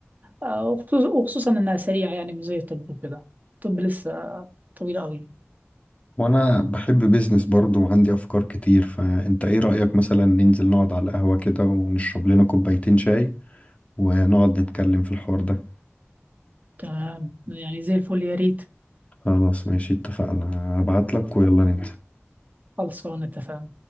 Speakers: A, on the right; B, on the left.
A: آه، وخصوص- وخصوصا انها سريعه يعني مش زي الطب وكده الطب لسه طويل قوي
B: وانا بحب بيزنس برضو وعندي افكار كتير فانت ايه رأيك مثلا ننزل نقعد على القهوة كده ونشرب لنا كوبايتين شاي ونقعد نتكلم في الحوار ده
A: تمام يعني زي الفل يا ريت
B: خلاص ماشي اتفقنا هبعت لك ويلا ننزل
A: خلصانه اتفقنا